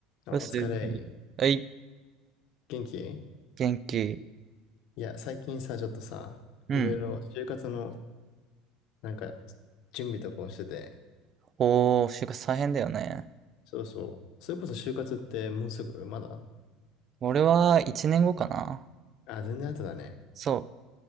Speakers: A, on the left; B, on the right.
A: あ、
B: うすい。
A: お疲れ。
B: はい、
A: 元気
B: 元気。
A: いや、最近さ、ちょっとさ、
B: うん。
A: いろいろ就活の、なんか、準備とかをしてて、
B: おー、就活大変だよね。
A: そうそう。それこそ就活ってもうすぐまだ
B: 俺は1年後かな。
A: あ、全然後だね。
B: そ